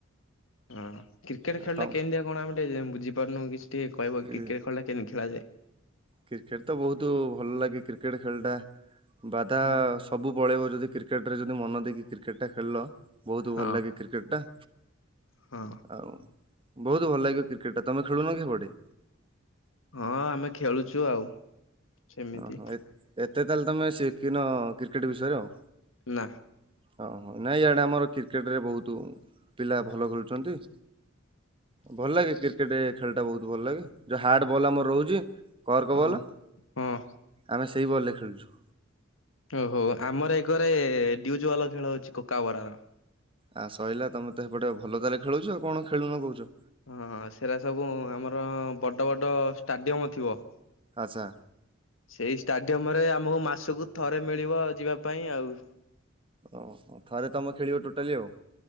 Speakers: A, on the left (about 75°); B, on the right (about 25°).
A: ହଁ କ୍ରିକେଟ
B: ଆଉ
A: ଖେଳ
B: ତମ
A: ଟା କେମତିଆ କଣ ଆମେ ଟିକେ ବୁଝିପାରୁନୁ କି ଟିକେ କହିବ
B: କି
A: କ୍ରିକଟ ଖେଳ ଟା କେମି ଖେଳା ଯାଏ?
B: କ୍ରିକେଟ ତ ବହୁତ ଭଲ ଲାଗେ କ୍ରିକେଟ ଖେଳଟା ବାଧା
A: ହଁ
B: ସବୁ ପଳେଇବ ଯଦି କ୍ରିକେଟରେ ଯଦି ମନ ଦେଇକି କ୍ରିକେଟଟା ଖେଳିଲ ବହୁତ
A: ହଁ
B: ଭଲ ଲାଗେ। କ୍ରିକେଟ୍ଟା।
A: ହଁ।
B: ଆଉ ବହୁତ ଭଲ ଲାଗିବ କ୍ରିକେଟ ଟା। ତମେ ଖେଳୁନ କି ହେପଟେ?
A: ହଁ ଆମେ ଖେଳୁଛୁ ଆଉ। ସେମିତି
B: ଓହୋ ଏ ଏତେ ତାହେଲେ ତମେ ଶିଖିନ କ୍ରିକେଟ ବିଷୟରେ ଆଉ।
A: ନା।
B: ହଁ ହଁ ନାଇଁ ଆୟଡ଼େ ଆମର କ୍ରିକେଟରେ ବହୁତ ପିଲା ଭଲ ଖେଳୁଛନ୍ତି। ଭଲ ଲାଗେ। କ୍ରିକେଟ ଖେଳ ଟା ବହୁତ ଭଲ ଲାଗେ। ଯୋଉ ହାର୍ଡ ବଲ୍ ଆମର ରହୁଛି। କର୍କ
A: ହଁ।
B: ବଲ୍
A: ହଁ
B: ଆମେ ସେଇ ବଲରେ ଖେଳୁଛୁ।
A: ଓହୋ ଆମର ଏ ଘରେ ଡିଉଜୱାଲା ଖେଳ ହେଉଛି। କୋକ ବରା ର।
B: ଆଁ ସହିଲା ତମେ ତ ସେପଟେ ଭଲ ତାହାଲେ ଖେଳୁଛ ଆଉ କଣ ଖେଳୁନ କହୁଛ?
A: ହଁ ସେଟା ସବୁ ଆମର ବଡ଼, ବଡ଼ ଷ୍ଟାଡିୟମ ଥିବ।
B: ଆଛା।
A: ସେଇ ଷ୍ଟାଡିୟମ ରେ ଆମକୁ ମାସକୁ ଥରେ ମିଳିବ ଯିବା ପାଇଁ ଆଉ।
B: ଓହୋ ଥରେ ତମେ ଖେଳିବ ଟୋଟାଲି ଆଉ।